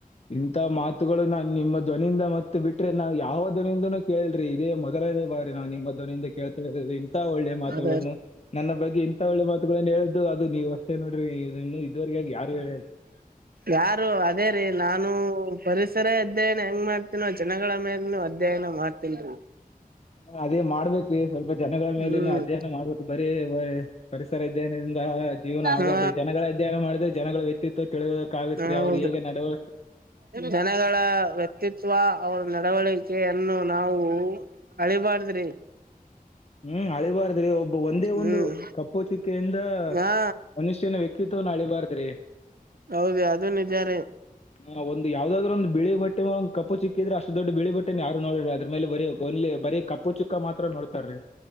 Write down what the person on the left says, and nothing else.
ಇಂಥ ಮಾತುಗಳು ನನ್ು ನಿಮ್ಮ ಧ್ವನಿಯಿಂದ ಮತ್ತೆ ಬಿಟ್ರಿ ನಾವವು ಯಾವ ಧ್ವನಿಂದೂ ಕೇಳಲ್ರಿ ಇದೇ ಮೊದಲನೇ ಬಾರಿ ನಾವು ನಿಮ್ಮ ಧ್ನಿಂದ ಕೇಳ್ತದು ಇಂತ ಒಳ್ಳೇ ಮಾತುಗಳನ್ನು
ನನ್ನ ಬಗ್ಗೆ ಇಂತ ಒಳ್ಳೆ ಮಾತುಗಳನ್ನು ಹೇಳಿದ್ದು ಅದು ನೀವು ಅಷ್ಟೇ ನೋಡ್ರಿ ಇದುವರೆಗಾಗಿ ಯಾರ <inaudible>
ಹ ಅದೇ ಮಾಡ್ಬೇಕು ಸ್ವಲ್ಪ ಜನಗಳ ಮೇಲನು
ಅಧ್ಯಯನ ಮಾಡ್ಬೇಕು ಬರೀ ಪರಿಸರ ಇದನ. ಜೀವನ ಆಗಲ್ರಿ
ಜನಗಳ ಅಧ್ಯಯನ ಮಾಡಿದ್ರೆ ಜನಗಳ ವ್ಯಕ್ತಿತ್ವ ತಿಳಿಯೋಕ ಆಗತ್ರಿ
ಅವ್ರರು ಹೇಗೆ ನಡವ.
ಹ್ಮ್ ಅಳಿಬಾರ್ದ್ರಿ ಒಬ್ಬ ಒಂದೇ
ಒಂದು ಕಪ್ಪು ಚಿಕ್ಕೆಯಿಂದ
ಮನುಷ್ಯನ ವ. ಕ್ಕತ್ವ ನಳಿ ಬಾರತ್್ರಿ.
ಹ ಒಂದ ಯಾವದಾದ್ರು ಒಂದು ಬಿಳಿ ಬಟ್ಟೆ ಮ ಒಂದು ಕಪ್ಪು ಚಿಕ್ಕಿದೆಷ್ಟ ದೊಡ್ಡಳಿ ಬಟ್ಟೆ. ಯಾರ ನೋಡ್ರರಿ ಅದ್ರ ಮೇಲೆ ಬರಿೀ ಒಲ್ಲಿ ಬೀ ಕಪ್ಪು ಚಿಕ್ಕ ಮಾತ್ರ ನೋಡ್ತಾರೀ.